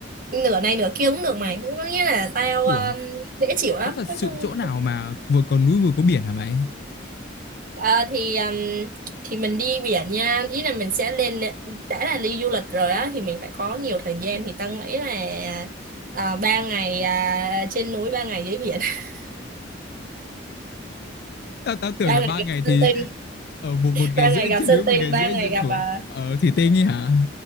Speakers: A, on the right; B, on the left.
A: nửa này nửa kia cũng được mày có nghĩa là tao
B: đùa
A: um, dễ chịu lắm
B: có thật
A: nói
B: sự
A: chung
B: chỗ nào mà vừa có núi vừa có biển hả mày
A: à, thì um, thì mình đi biển nha ý là mình sẽ lên đã là đi du lịch rồi á thì mình phải có nhiều thời gian thì tao nghĩ là à, ba ngày à, trên núi ba ngày dưới biển <laughs>
B: tao tao tưởng
A: ba ngày
B: là ba
A: gặp
B: ngày
A: sơn
B: thì
A: tinh
B: ở một một ngày
A: ba
B: rưỡi
A: ngày gặp
B: trên
A: sơn
B: núi một
A: tinh
B: ngày
A: ba
B: rưỡi
A: ngày
B: dưới
A: gặp
B: bốn
A: à,
B: ở thì tê ấy hả
A: <laughs>